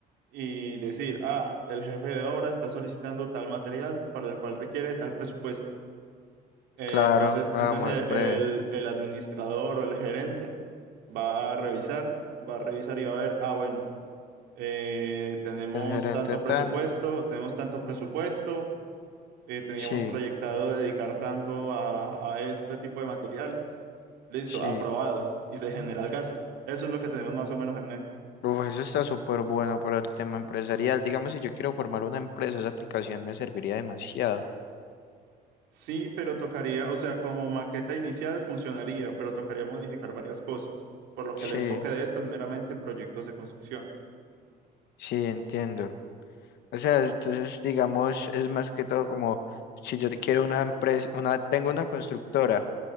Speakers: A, on the right (about 90°); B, on the left (about 75°).
A: y decir, ah, el jefe de obra está solicitando tal material para el cual requiere tal presupuesto. Eh,
B: claro,
A: entonces,
B: ah,
A: entonces
B: más breve,
A: el, el- administrador o el gerente va a revisar, va a revisar y va a ver, ah, bueno, eh, tenemos
B: el gerente
A: tanto
B: tan,
A: presupuesto, tenemos tanto presupuesto, eh, teníamos
B: sí,
A: proyectado dedicar tanto a, a este tipo de materiales. Listo,
B: sí.
A: aprobado y se genera el gasto. Eso es lo que tenemos más o menos en mente.
B: Uf, eso está súper bueno para el tema empresarial. Digamos, si yo quiero formar una empresa, esa aplicación me serviría demasiado.
A: Sí, pero tocaría, o sea, como maqueta inicial funcionaría, pero tocaría modificar varias cosas, por lo que
B: Sí,
A: el enfoque de esto es meramente proyectos de construcción.
B: sí, entiendo. O sea, entonces, digamos, es más que todo como si yo quiero una empresa, una, tengo una constructora,